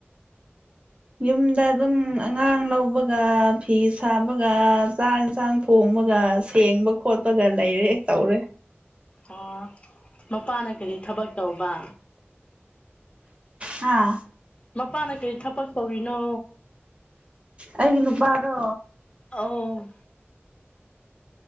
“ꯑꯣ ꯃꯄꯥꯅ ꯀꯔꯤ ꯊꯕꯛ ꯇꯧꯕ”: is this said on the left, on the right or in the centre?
Left